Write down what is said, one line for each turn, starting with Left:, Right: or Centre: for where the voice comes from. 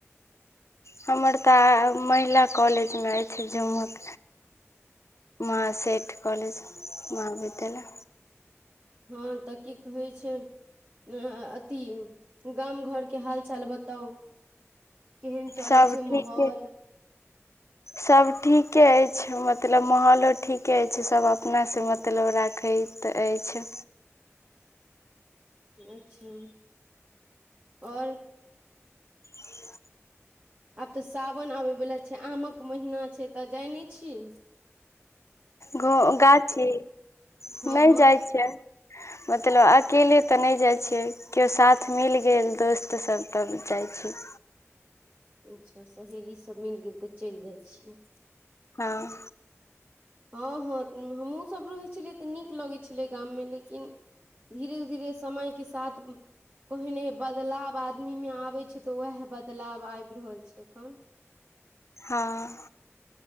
Left: हमर तऽ महिला कॉलेजमे अछि जमक महासेठ कोलेज महाविद्यालय
Right: हँ तऽ की कहैय छै अ अथी गाम घरके हाल चाल बताउ केहन चलै
Left: सब
Right: छै
Left: ठीके
Right: माहौल
Left: सब ठीके अछि मतलब माहौलो ठीके अछि सभ अपनासँ मतलब राखैत तऽ अछि
Right: अच्छा आओर
Left: <inaudible>
Right: आब तऽ सावन आबयवला छै आमक महीना छै तऽ जाई नहि छीये
Left: घ गाछी
Right: हँ
Left: नहि
Right: हँ
Left: जाइ छै मतलब अकेले तऽ नहि जाइत छै क्यो साथ मिल गेल दोस्त सभ तब जाइत छी
Right: अच्छा सहेली सब मिल गेल तऽ चलि जाइ छियै
Left: हँ
Right: हँ हँ हमहूँसभ रहै छलियै तऽ नीक लगै छलै गाममे लेकिन धीरे धीरे समय के साथ ओहने बदलाव आदमी मे आबै छै तऽ उएह बदलाव आबि रहल छै एखन
Left: हँ